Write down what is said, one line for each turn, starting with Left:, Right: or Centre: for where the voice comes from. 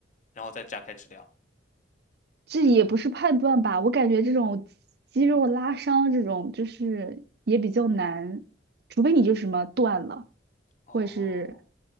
Left: 然后再展开治疗。
Right: 这也不是判断吧？我感觉这种肌肉拉伤这种就是也比较难，除非你就什么断了，
Left: 哦，
Right: 或者是